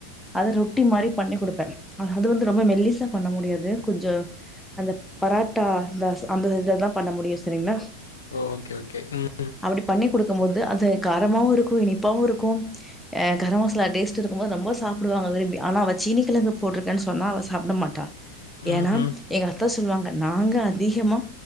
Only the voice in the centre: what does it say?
அது ரொட்டி மாறி பண்ணி கொடுப்பே அது வந்து ரொம்ப மெல்லீசா பண்ண முடியாது கொஞ்சோ அந்த பராட்டா இந்த அந்த இதுல தா பண்ண முடியூ சரிங்களா
அப்படி பண்ணி குடுக்கும்போது அது காரமாவூ இருக்கோ இனிப்பாவூ இருக்கோ அ கர மசாலா டேஸ்ட் இருக்கு போது ரொம்ப சாப்பிடுவாங்க விரும்பி ஆனா அவ சீனிகிழங்கு போட்டிருக்கேன் சொன்னா அவ சாப்பிட மாட்டா
ஏன்னா எங்க அத்த சொல்லுவாங்க நாங்க அதிகமா